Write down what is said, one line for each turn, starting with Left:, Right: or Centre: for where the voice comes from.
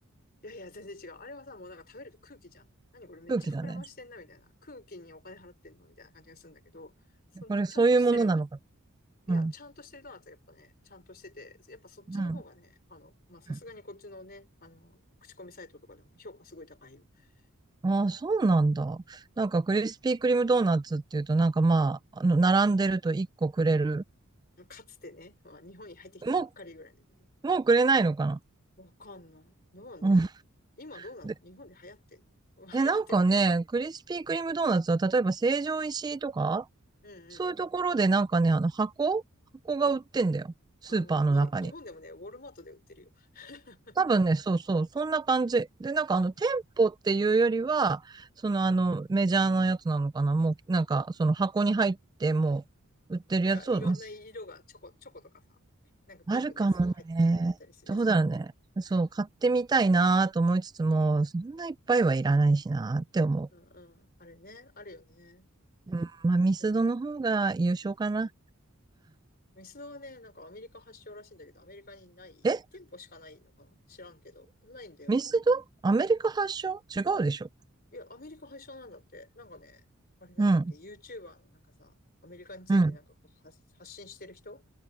Left: いやいや、全然違う。あれはさ、もうなんか食べると空気じゃん。何これめっちゃ膨らましてんな、
Right: <laughs> 空気だね。
Left: みたいな。空気にお金払ってんのみたいな感じがするんだけど、そのちゃんとしてる
Right: これ、そういうものなのか
Left: いや、
Right: なうん、
Left: ちゃんとしてるドーナツはやっぱね、ちゃんとしてて、やっぱそっちの方がね、
Right: うん。
Left: あの、まあ、さすがにこっちのね、
Right: うん
Left: あの、口コミサイトとかでも評価すごい高いよ。
Right: ああ、
Left: うん
Right: そうなんだ。なんか、
Left: うん
Right: クリスピークリームドーナツっていうと、なんかまあ、あの、並んでると1個くれる。
Left: かつてね、まあ、日本に入ってきたばっかりぐらいの時ね。
Right: もう、もうくれないのかな
Left: わかんない。どうなんだろう。
Right: うん。
Left: 今どうなの日本で流行ってんのうん
Right: で、
Left: <laughs> 流行ってるって。
Right: え、なんかね、クリスピークリームドーナツは、例えば成城石井とか、
Left: うんうん。
Right: そういうところでなんかね、あの箱箱が売ってんだよ。スーパーの中に。
Left: あー、まあ、に、日本でもね、ウォルマートで売ってるよ。<laughs>
Right: 多分ね、そうそう、そんな感じ。で、なんかあの、
Left: うん。
Right: 店舗っていうよりは、そのあの、メジャーなやつなのかな。もう、なんか、その箱に入って、もう、売ってるやつを、
Left: なんかいろんな色が、
Right: まあ、
Left: チョコ、チョコとかさ、なんかピンクのやつとか入ってたりするやつでしょ。
Right: あるかもね。どうだろうね。そう、買ってみたいなと思いつつも、そんないっぱいはいらないしなって思
Left: うんうん。あれね、あるよね。
Right: う。うん、まあ、ミスドの方が優勝かな。
Left: そうミスドはね、なんかアメリカ発祥らしいんだけど、アメリカにない、1店舗しかないのかな知らんけど。
Right: え
Left: ないんだよ。
Right: ミスドアメリカ発祥違うでしょ
Left: いや、アメリカ発祥なんだって。なんかね、あれなんだっけ、
Right: うん、
Left: YouTuber のなんかさ、アメリカについてなんかこう発、
Right: うん、
Left: 発信してる人